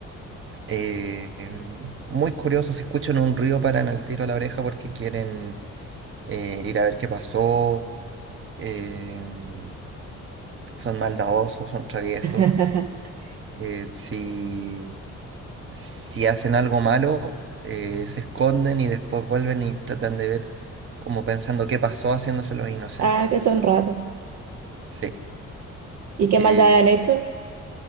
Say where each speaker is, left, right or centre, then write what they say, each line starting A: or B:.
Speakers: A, on the right (about 45°); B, on the right (about 60°).
A: eh, em, muy curiosos. Si escuchan un ruido, paran al tiro a la oreja porque quieren eh, ir a ver qué pasó. em, son maldadosos, son traviesos.
B: <laughs>
A: eh, si, si hacen algo malo, eh, se esconden y después vuelven y tratan de ver como pensando qué pasó haciéndose haciéndoselo inocente.
B: Ah, que son ratas.
A: Sí.
B: ¿Y qué
A: Eh,
B: maldad han hecho?